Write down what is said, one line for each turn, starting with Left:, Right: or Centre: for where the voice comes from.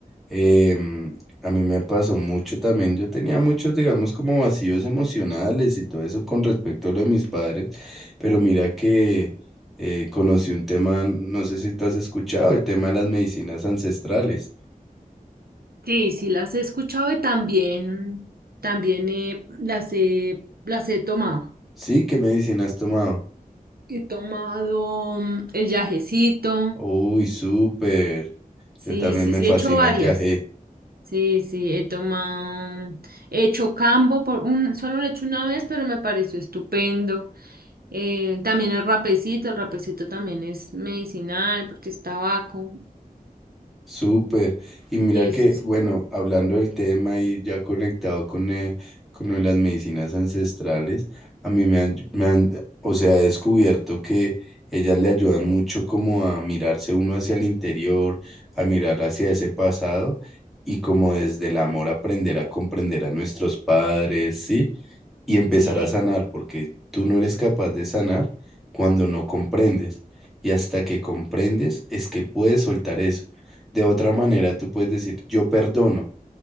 Centre: em, a mí me pasó mucho también. Yo tenía muchos, digamos, como vacíos emocionales y todo eso con respecto a lo de mis padres, pero mira que eh, conocí un tema, no sé si tú has escuchado, el tema de las medicinas ancestrales.
Right: Sí, sí las he escuchado y también, también eh, las he, las he tomado.
Centre: Sí, ¿qué medicina has tomado?
Right: He tomado mm, el yajecito.
Centre: Uy, súper.
Right: Sí,
Centre: Yo también
Right: sí,
Centre: me
Right: sí,
Centre: fascina
Right: he hecho varias.
Centre: el yagé.
Right: Sí, sí, he tomado, mm, he hecho cambo por un, solo lo he hecho una vez, pero me pareció estupendo. Eh, también el rapecito, el rapecito también es medicinal porque es tabaco.
Centre: Súper. Y mira
Right: Sí,
Centre: que,
Right: sí, sí.
Centre: bueno, hablando del tema y ya conectado con, eh, con lo de las medicinas ancestrales, a mí me han, me han, o sea, he descubierto que ellas le ayudan mucho como a mirarse uno hacia el interior, a mirar hacia ese pasado y como desde el amor aprender a comprender a nuestros padres, ¿sí? y empezar
Right: Sí,
Centre: a sanar, porque tú no eres capaz de sanar cuando no comprendes. Y hasta que comprendes es que puedes soltar eso. De otra manera, tú puedes decir, yo perdono,